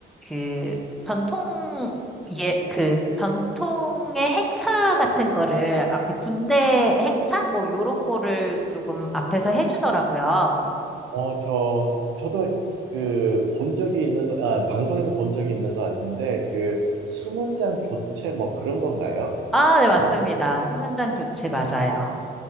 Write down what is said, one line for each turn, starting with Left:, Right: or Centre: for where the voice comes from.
Centre: 그 전통, 예, 그 전통의 행사 같은 거를 앞에 군대 행사? 뭐 요런 거를 조금 앞에서 해주더라고요.
Right: 어, 저, 저도 그, 본 적이 있는, 거- 아, 방송에서 본 적이 있는 것 같은데, 그, 수문장 교체 뭐 그런 건가요?
Centre: 아, 네, 맞습니다. 수문장 교체 맞아요.